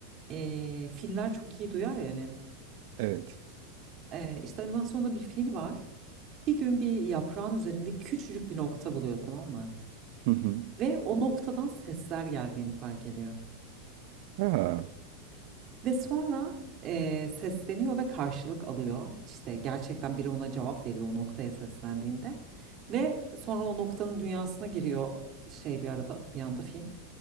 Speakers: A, on the right; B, on the right.
A: ee, filler çok iyi duyar yani.
B: Evet.
A: Ee, işte animasyonda bir fil var. Bir gün bir yaprağın üzerinde küçücük bir nokta buluyor tamam mı?
B: Hı hı.
A: Ve o noktadan sesler geldiğini fark ediyor.
B: Ha.
A: Ve sonra eee, sesleniyor ve karşılık alıyor. İşte gerçekten biri ona cevap veriyor o noktaya seslendiğinde. Ve sonra o noktanın dünyasına giriyor şey bir arada bir anda film.